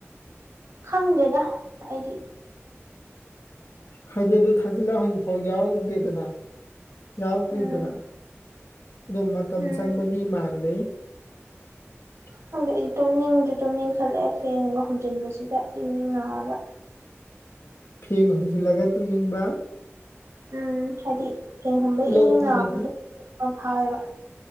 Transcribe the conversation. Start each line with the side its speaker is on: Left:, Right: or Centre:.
Right: ꯈꯪꯗꯦꯗ ꯑꯩꯗꯤ
Left: ꯍꯥꯏꯗꯤ ꯑꯗꯨ ꯊꯥꯖꯤꯜꯂ ꯍꯧꯖꯤꯛꯐꯥꯎ ꯌꯥꯎꯗꯦꯗꯅ ꯌꯥꯎꯛꯇ꯭ꯔꯤꯗꯅ
Right: ꯎꯝ
Left: ꯑꯗꯣ ꯃꯇꯝ
Right: ꯎꯝ
Left: ꯆꯪꯕꯒꯤ ꯃꯥꯜꯂꯦ <inaudible>
Right: ꯈꯪꯗꯦ ꯑꯩꯗꯤ ꯇꯨꯝꯅꯤꯡꯁꯨ ꯇꯨꯝꯅꯤꯡꯈꯠꯂꯛꯑꯦ ꯐꯦꯟꯒ ꯍꯨꯝꯖꯤꯟꯕꯁꯤꯗ ꯏꯡ ꯏꯡ ꯂꯥꯎꯔꯒ
Left: ꯐꯦꯟ ꯍꯨꯝꯖꯤꯜꯂꯒ ꯇꯨꯝꯅꯤꯡꯕ
Right: ꯎꯝ ꯍꯥꯏꯗꯤ ꯐꯦꯟ ꯍꯨꯝꯕꯩ
Left: ꯂꯣꯛ
Right: ꯏꯪ ꯏꯪ
Left: ꯊꯨꯡꯉꯗꯤ
Right: ꯂꯥꯎꯕꯗꯣ ꯐꯥꯎꯋꯦꯕ